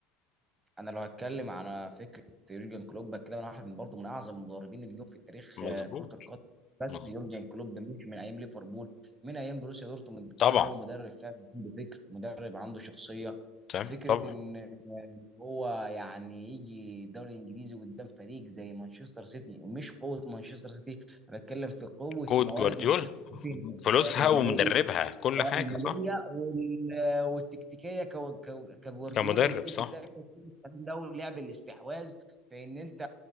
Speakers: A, on the right (about 20°); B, on the left (about 40°).
A: انا لو هتكلم على فكره يورجن كلوب كده انا واحد من برضه من اعظم المدربين اللي جم في التاريخ
B: مظبوط
A: آه، كره القدم بس
B: مظبوط
A: يورجن كلوب مش من ايام ليفربول من ايام بروسيا دورتموند
B: طبعا
A: كان هو مدرب فعلا عنده فكر مدرب عنده شخصيه
B: تمام
A: فكره
B: طبعا
A: ان إن هو يعني يجي الدوري الانجليزي قدام فريق زي مانشستر سيتي ومش قوه مانشستر سيتي أنا بتكلم في قوه
B: كود
A: موارد
B: جوارديولا
A: مانشستر سيتي
B: فلوسها
A: الماليه
B: ومدربها كل
A: آه،
B: حاجة
A: الماليه
B: صح
A: وال- والتكتيكيه كو- كو- كجوارديولا
B: كمدرب
A: والتيكي
B: صح
A: تاكا كل الكلام ده ولعب الاستحواذ في ان انت